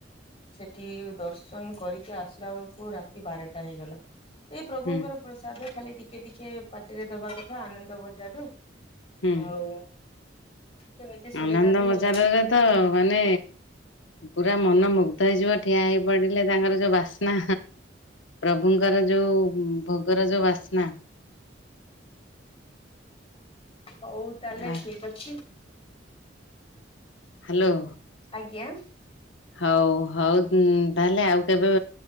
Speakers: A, on the left; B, on the left.
A: ସେଠି ଦର୍ଶନ କରିକି ଆସିଲା ବେଳକୁ ରାତି ବାରଟା ହେଇଗଲା। ଏଇ ପ୍ରଭୁଙ୍କର
B: ହୁଁ
A: ପ୍ରସାଦ ଖାଲି ଟିକେ ଟିକେ ପାଟିରେ ଦବା କଥା। ଆନନ୍ଦ ବଜାରରୁ
B: ହୁଁ।
A: ଆଉ। ସେମିତି ସୁବିଧା
B: ଆନନ୍ଦ
A: ବି
B: ବଜାରରେ
A: ହେଲାନି।
B: ତ ମାନେ ପୁରା ମନ ମୁଗ୍ଧ ହେଇଯିବ, ଠିଆ ହେଇ ପଡିଲେ ତାଙ୍କର ଯୋଉ ବାସ୍ନା। ପ୍ରଭୁଙ୍କର ଯୋଉ ଭୋଗର ଯୋଉ ବାସ୍ନା।
A: ହଉ ତାହେଲେ
B: ଆ
A: ଠିକ ଅଛି।
B: ହାଲୋ।
A: ଆଜ୍ଞା।
B: ହଉ ହଉ, ତାହେଲେ ଆଉ କେବେ